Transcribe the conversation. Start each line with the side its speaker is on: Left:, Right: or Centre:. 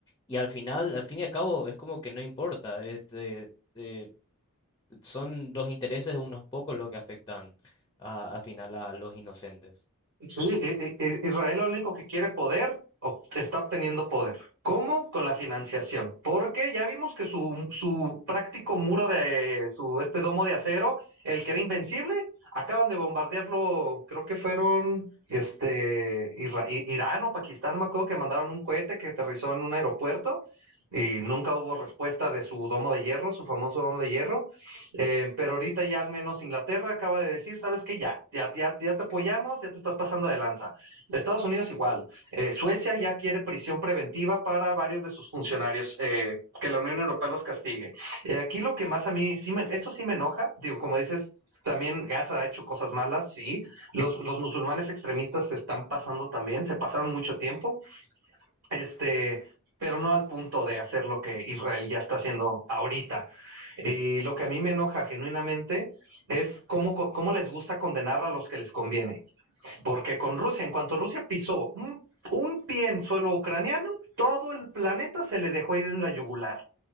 Left: Y al final, al fin y al cabo, es como que no importa. Este, eh, son los intereses de unos pocos los que afectan a- al final a los inocentes.
Right: Sí, e- e- e- Israel lo único que quiere poder, ob- está obteniendo poder. ¿Cómo? Con la financiación. Porque ya vimos que su, su práctico muro de su este domo de acero, el que era invencible, acaban de bombardearlo, creo que fueron este Isra- I- Irán o Pakistán, no me acuerdo que mandaron un cohete que aterrizó en un aeropuerto y nunca hubo respuesta de su domo de hierro, su famoso domo de hierro. Eh, pero ahorita ya al menos Inglaterra acaba de decir, ¿sabes qué? Ya, ya, ya, ya te apoyamos, ya te estás pasando de lanza. Estados Unidos igual. Eh, Suecia ya quiere prisión preventiva para varios de sus funcionarios, eh, que la Unión Europea los castigue. Eh, aquí lo que más a mí, sí me, esto sí me enoja, digo, como dices, también Gaza ha hecho cosas malas, sí. Los, los musulmanes extremistas se están pasando también, se pasaron mucho tiempo, este, pero no al punto de hacer lo que Israel ya está haciendo ahorita. Y lo que a mí me enoja genuinamente es cómo, co- cómo les gusta condenar a los que les conviene. Porque con Rusia, en cuanto Rusia pisó un, un pie en suelo ucraniano, todo el planeta se le dejó ir en la yugular.